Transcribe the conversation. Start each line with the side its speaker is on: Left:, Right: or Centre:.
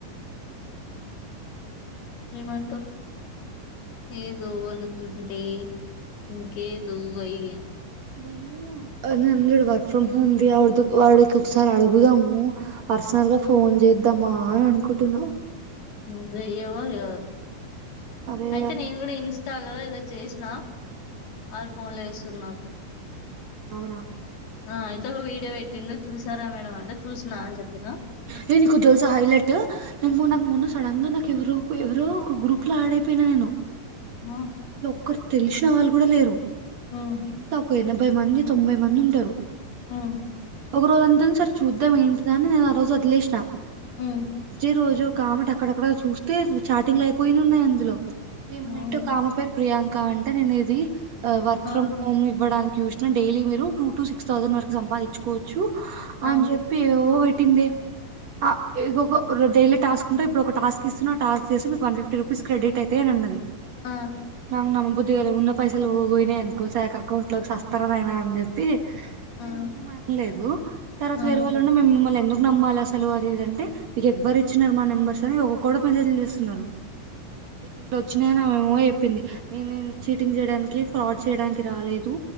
Left: ఏమంటావ్, ఏదో అనుకుంటే ఇంకేదో అయ్
Right: నేను ఆ నేనుండ్ర్ వర్క్ ఫ్రమ్ హోమ్ ది అవుడ్దుక్ వాడ్ కుక్ సారి అడుగుదాము పర్సనల్ గా ఫోన్ చేద్దామా అనుకుంటున్న
Left: ను చెయ్యవు కాదు
Right: అరే
Left: అయితే నేను కూడా ఇంస్ స్టలో ఏదో చేస్నా వాళ్లు ఫోన్లు చేస్సున్నారు నాకు
Right: అవునా
Left: ఆ అయితే ఒక వీడియో పెట్టిండు చూసారా మేడమ్ అంటే చూస్నా అని చెప్పినా
Right: హే నికోటి థెల్సా హైలెట్ నేన్ మొన్నక్
Left: హ్మ్.
Right: ముందు సడెన్ గ నాక్ కెవరో ఎవరో ఒక గ్రూప్ లో యాడ్ అయిపెయ్ నా నేను
Left: వావ్
Right: ఒకర్ తెల్సినా వాళ్ళు కూడా లేరు.
Left: హ్మ్.
Right: ఎంత ఒక ఎనభై మంది తొంభై మంది ఉంటరు.
Left: హు
Right: ఒక రోజంతన్ సర్ చూద్దాం ఏంటిద అని నేను ఆ రోజు వదిలేస్నా
Left: హ్మ్.
Right: నెక్స్ట్ డే రోజు కాబట్టి అక్కడక్కడ చూస్తే చాటింగ్ లు అయిపోయినునన్నయ్ అందులో ఏమున్నాంటో
Left: హ్మ్.
Right: నా పేరు ప్రియాంక అంటే నేను ఇది వర్క్
Left: ఆ!
Right: ఫ్రమ్ హోమ్ ఇవ్వడా చుస్నా డైలీ మీరు టూ టు సిక్స్ థౌసండ్ వరకు సంపాదించుకోవచ్చు.
Left: ఆ!
Right: అని చెప్పి ఏవో టిందె ఆ ఎగొకొ కొరొ డైలీ టాస్క్ ఉంటది ఇప్పుడు ఒక టాస్క్ ఇస్సున్నా, ఆ టాస్క్ చేసే వన్ ఫిఫ్టీ రూపీస్ క్రెడిట్ అయితె అని అన్నది.
Left: ఆ
Right: నాకు నమ్మబుద్ధి కాలే ఉన్న పైసల్ యినా ఎనుకోస అౌంట్లోకి సస్త ఉత్తరనైనా అని చెప్పి నేను
Left: ఆ!
Right: ఏం అనలేదు తర్వాత
Left: ఆ! ఆ!
Right: వేరే వాళ్ళు ఉండే మేము మిమ్మల్ని ఎందు నమ్మాలి అసలు అదిదంటే మీకు ఎవ్వరు ఇచ్చినన్నారు మా నెంబర్స్ అని ఒకకాలు మెసేజ్ చేస్తున్నారు ఇట్ ఓత్ వచ్చినా నావోయ్ చెప్పింది నేను నేను చీటింగ్ చేయడానికి ఫ్రాడ్ చేయడానికి రాలేదు